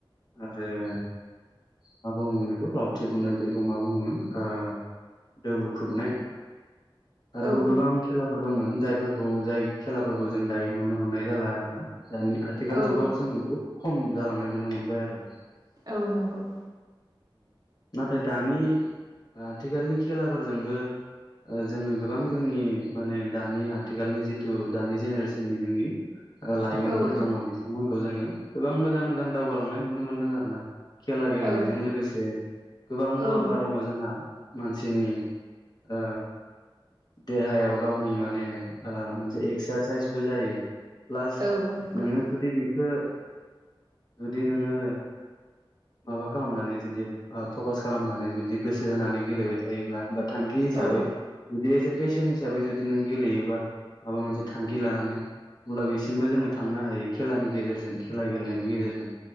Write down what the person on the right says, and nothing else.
औ
औ
औ नंगौ
औ
औ
औ
औ नंगौ
औ